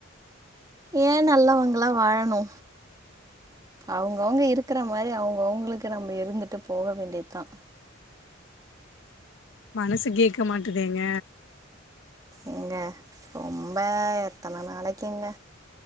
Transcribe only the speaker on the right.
ஏ நல்லவங்களா வாழணு அவங்கவுங்க இருக்கற மாரி அவங்கவுங்களுக்கு நம்ப இருந்துட்டு போக வேண்டியதா
ஏங்க ரொம்ப எத்தன நாளைக்குங்க